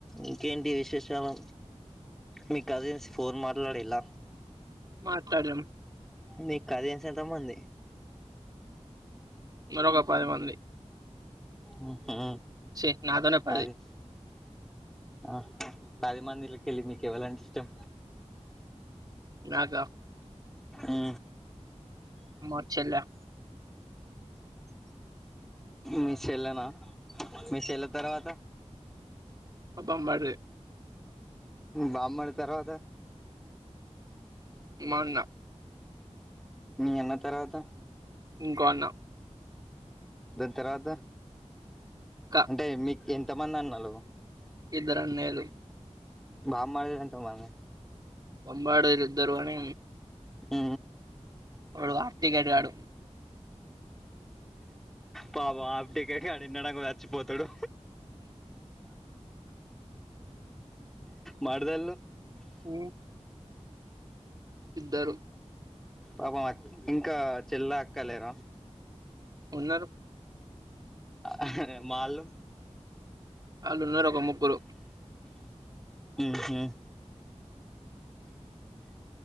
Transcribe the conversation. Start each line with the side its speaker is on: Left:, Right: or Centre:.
Centre: ఇంకేంటి విశేష శాలు మీ కట్ జేసి ఫోన్ మాట్లాడి ఎల్లా
Right: మాట్లాడం
Centre: మీ కజిన్స్ ఎంతమంది
Right: మరోక పది మంది
Centre: ఉ హు
Right: ఛీ నాతోనే పది
Centre: అది ఆ పది మందిళకెళ్ళి మీకెవళంటే ఇష్టం
Right: నాకా
Centre: ఉ
Right: మా చెల్లె
Centre: మీ చెల్లెనా మీ చెల్లె తర్వాత
Right: బాంబర్ది
Centre: బామ్మరిది తర్వాత
Right: మా అన్న
Centre: మీ అన్న తర్వాత
Right: ఇంకో అన్న
Centre: తర్వాత
Right: అక్క
Centre: అంటే మీక్ ఎంత మందన్నలు
Right: ఇద్దరన్నయ్యలు
Centre: బామ్మర్దిలెంతమంది
Right: పంబాడు దిద్దరువని
Centre: ఊ
Right: వాడు హాఫ్ టికెట్ గాడు
Centre: పాపం ఆఫ్ డికెట్ గాడిన్నడకో అచ్చిపోతుడు మరదళ్ళు
Right: ఉ ఇద్దరు
Centre: పాపం అ ఇంకా చెల్లా అక్కలేరా
Right: ఉన్నరు
Centre: అరె మాల్లు
Right: ఆళ్ళున్నరొక ముగ్గురు
Centre: ఊహు